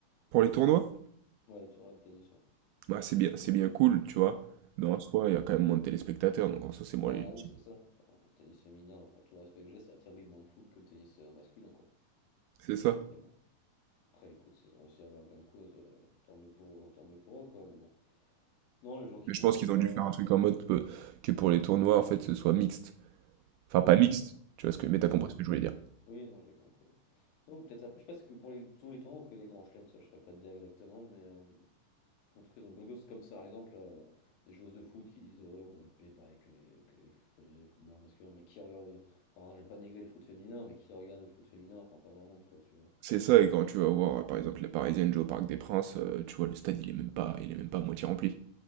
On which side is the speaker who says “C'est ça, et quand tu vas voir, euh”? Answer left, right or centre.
Right